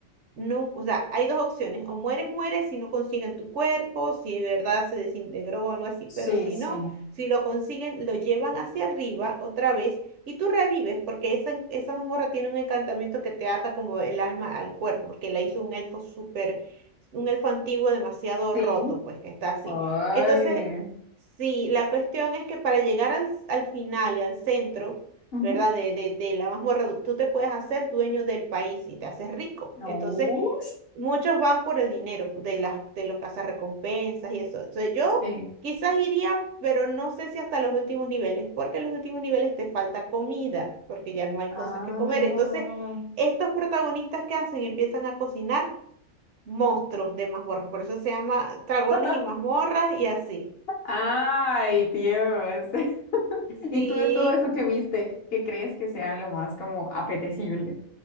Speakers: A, on the right; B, on the left.
A: No, o sea, hay dos opciones, o mueres, mueres si no consiguen tu cuerpo, si de verdad se desintegró o algo así,
B: Sí,
A: pero si
B: sí.
A: no, si lo consiguen, lo llevan hacia arriba otra vez y tú revives, porque esa, esa mazmorra tiene un encantamiento que te ata como el alma al cuerpo, porque la hizo un elfo súper, un elfo antiguo demasiado
B: Sí.
A: roto, pues que está así.
B: Ay.
A: Entonces, sí, la cuestión es que para llegar al, al final y al centro...
B: Ujú.
A: ¿Verdad? De, de, de la mazmorra, tú te puedes hacer dueño del país y te haces rico.
B: Ush.
A: Entonces, Muchos van por el dinero de las de los cazarrecompensas y eso. Entonces, yo
B: Sí.
A: quizás iría, pero no sé si hasta los últimos niveles, porque en los últimos niveles te falta comida, porque ya no hay
B: Ah.
A: cosas que comer. Entonces, estos protagonistas que hacen empiezan a cocinar monstruos de mazmorras, por eso se llama dragones
B: <laughs>
A: y mazmorras y así.
B: Ay, Dios. <laughs>
A: Sí,
B: Y tú de todo eso que viste, ¿qué crees que sea lo más como apetecible?